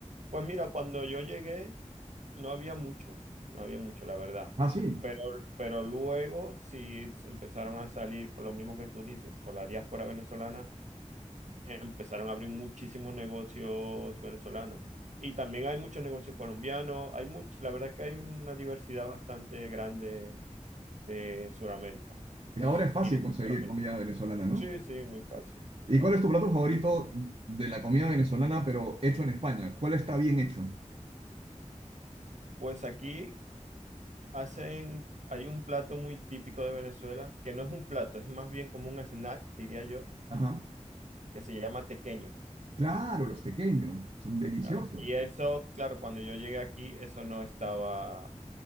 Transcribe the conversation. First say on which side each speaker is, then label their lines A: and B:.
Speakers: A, on the right; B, on the right.
A: Pues mira, cuando yo llegué no había mucho, no había mucho, la verdad.
B: Ah, sí.
A: Pero, pero luego sí empezaron a salir, por lo mismo que tú dices, por la diáspora venezolana, empezaron a abrir muchísimos negocios venezolanos. Y también hay muchos negocios colombianos, hay much- la verdad es que hay una diversidad bastante grande de Sudamérica
B: Y ahora es fácil
A: y de Centroamérica.
B: conseguir comida venezolana, ¿no?
A: Sí, sí, muy fácil, muy
B: ¿Y
A: fácil.
B: cuál es tu plato favorito de la comida venezolana, pero hecho en España? ¿Cuál está bien hecho?
A: Pues aquí hacen, hay un plato muy típico de Venezuela, que no es un plato, es más bien como un snack, diría yo,
B: Ajá.
A: que se llama tequeño.
B: Claro, los tequeños son deliciosos.
A: Claro. Y eso, claro, cuando yo llegué aquí, eso no estaba